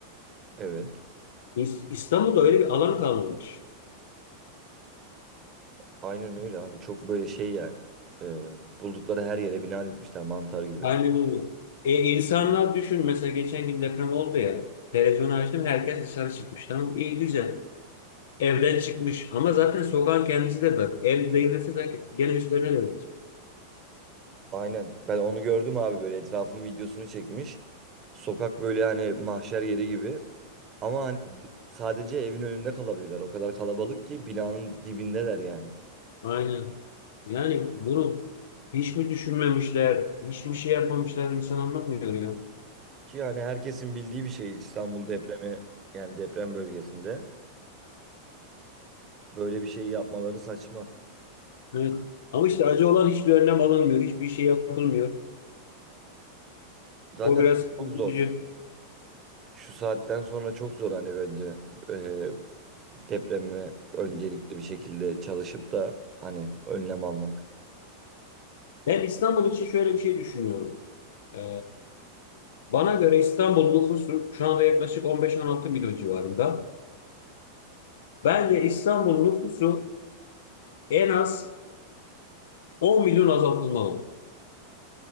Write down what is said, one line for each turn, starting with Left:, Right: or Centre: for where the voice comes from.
Right: Evet.
Left: İs- İstanbul'da öyle bir alan kalmamış.
Right: Aynen öyle abi. Çok böyle şey yani. Ee, buldukları her yere bina dikmişler mantar gibi.
Left: Aynen öyle. E, insanlar düşün mesela geçen gün deprem oldu ya. Televizyonu açtım herkes dışarı çıkmış. Tamam iyi güzel. Evden çıkmış ama zaten sokağın kendisi de var. Ev devrilse de gene üstlerine devrilecek.
Right: Aynen. Ben onu gördüm abi böyle etrafın videosunu çekmiş. Sokak böyle hani mahşer yeri gibi. Ama hani sadece evin önünde kalabilirler. O kadar kalabalık ki binanın dibindeler yani.
Left: Aynen. Yani bunu hiç mi düşünmemişler, hiç mi şey yapmamışlar insan anlamıyor ya.
Right: Ki yani herkesin bildiği bir şey İstanbul depremi yani deprem bölgesinde. Böyle bir şey yapmaları saçma.
Left: Evet. Ama işte acı olan hiçbir önlem alınmıyor, hiçbir şey yapılmıyor.
Right: Zaten
Left: O biraz
Right: çok zor.
Left: üzücü.
Right: Şu saatten sonra çok zor hani bence. Ee, depremi öncelikli bir şekilde çalışıp da hani önlem almak.
Left: Ben İstanbul için şöyle bir şey düşünüyorum. Ee, bana göre İstanbul nüfusu şu anda yaklaşık 15-16 milyon civarında. Bence İstanbul nüfusu en az 10 milyon azaltılmalı.